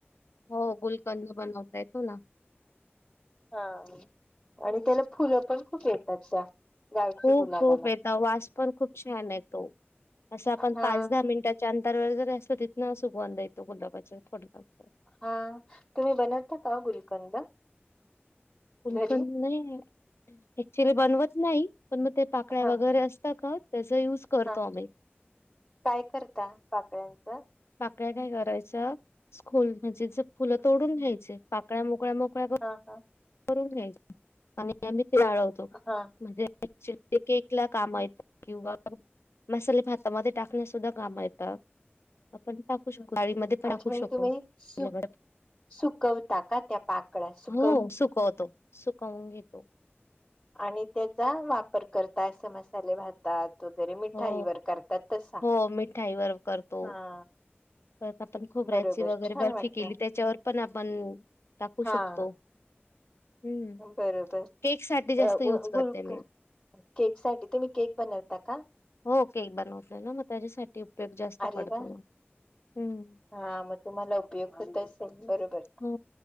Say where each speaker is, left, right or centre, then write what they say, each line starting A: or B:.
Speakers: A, on the left; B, on the left.
A: हो गुलकंद बनवता येतो ना.
B: हा आणि त्याला फुलं पण खूप येतात, त्या गावठी
A: खूप
B: गुलाबाला
A: खूप येता वास पण खूप छान येतो. असं आपण
B: हा
A: पाच दहा मिनिटा च्या अंतर वर जर असलं तिथन सुगवंध येतो गुलाबाच्या <unintelligible>
B: हा, तुम्ही बनतता का गुलकंद?
A: गुलकंद
B: घरी
A: नाही. ऍक्च्युली बनवत नाही, पण मग ते पाकळ्या
B: हा
A: वगैरे असता का त्याचा युज करतो
B: हा,
A: आम्ही.
B: काय करता पाकळ्यांचं?
A: पाकळ्या काय करायच, सखोल <unintelligible> फुलं तोडून घ्यायचे. पाकळ्या मोकळ्या मोकळ्या क
B: हां हां.
A: करून घ्यायच आणि आ म् ते आळवतो.
B: हा
A: म्हणजे <unintelligible> ते केक ला काम येत किंवा मसाले भातामध्ये टाकण्यास सुद्धा काम येता. आपण टाक टाकू शकतो गाडी मध्ये पण
B: अच्छा
A: टाकू
B: म्हणजे
A: शकतो
B: तुम्ही सु
A: <unintelligible>
B: सुकवता का त्या पाकळ्या? सुकव
A: हो सुकवतो, सुकवून घेतो.
B: आणि त्याचा वापर करता, अस मसाले भातात वगैरे मि
A: हो
B: ठाई वर करतात तसा.
A: हो मिठाईवर करतो
B: हा
A: परत आपण खोबऱ्याची
B: बरोबर
A: वगैरे
B: छान
A: बर्फी
B: वाटत
A: केली त्याच्यावर पण आपण टाकू
B: हा
A: शकतो. हम्म
B: बरोबर.
A: केक साठी जास्त
B: अ
A: युज
B: व
A: करते
B: -गुलकंद
A: मी
B: साठी तुम्ही केक बनवता का?
A: हो केक बनवतोय ना मग, त्याच्यासाठी उपयोग जास्त
B: अरे
A: पडतो
B: वा
A: मग हम.
B: हा मग तुम्हाला उपयोग होत असेल बरोबर.
A: हो